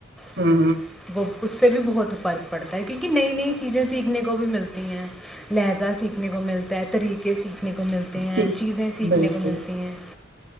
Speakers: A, in the centre; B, on the right (about 50°).
A: <inaudible>
B: ہ
A: وہ اس سے بھی بہت فرق <inaudible> پڑھتا ہے بھی <inaudible> نئی نئی چیزیں سیکھنے کو بھی ملتی ہیں لہجا سیکھنے کو ملتا ہے طریقہ <inaudible> یں سیکھنے کو ملتے ہیں
B: ٹھیک
A: چیزیں سیکھنے
B: بالکل
A: کو ملتی ہیں <inaudible>